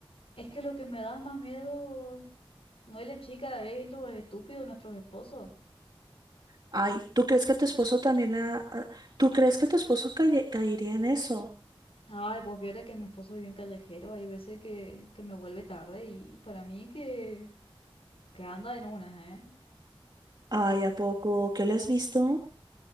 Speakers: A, on the left; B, on the right.
A: Es que lo que me da más miedo no es la chica, es lo estúpido de nuestros esposos.
B: Ay, ¿tú crees que tu esposo también la... a- ¿Tú crees que tu esposo calle- caería en eso?
A: Ay, pues viera que mi esposo es bien callejero, hay veces que, que me vuelve tarde y para mí que, que anda en unas, ¿eh?
B: Ay, ¿a poco? ¿Qué le has visto?